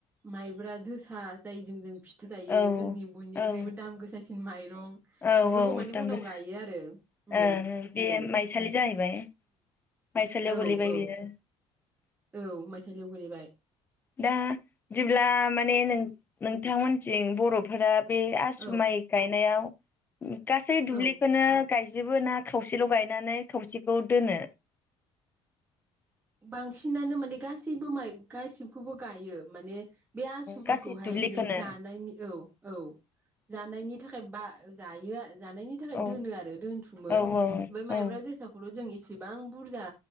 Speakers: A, on the right; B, on the left.
A: माइब्रा जोसा जायजों जों फि था जायो
B: औ
A: जोंनि बयनिख्रुइबो दाम गोसासिन माइरं
B: औ
A: बेफोरखौ
B: औ
A: माने
B: दाम
A: उनाव
B: गोसा
A: गायो आरो उम
B: ओं बे
A: औ
B: माइसालि जाहैबाय माइसालियाव
A: औ
B: गोलैबाय
A: औ औ
B: बियो
A: माइसालि सालियाव गोलैबाय
B: दा जेब्ला माने नोंथांमोन जों बर'फोरा बे आसु
A: औ
B: माइ गायनायाव <unintelligible> गासै दुब्लिखौनो
A: औ
B: गायजोब बिदिबो ना खावसेल' गायनानै खावसेखौ दोनो।
A: बांसिनानो माने गासैबो माइ गासिबखौबो गायो माने बे आसुफोरखौहाय
B: गासै दुब्लिखौनो
A: माने जानायनि औ औ जानायनि थाखाय बा जायो जानायनि थाखाय
B: औ
A: दोनो आरो दोनथुमो
B: औ
A: ओमफ्राय
B: औ
A: मायब्रा
B: औ
A: जोसाखौल' जों इसे बां बुरजा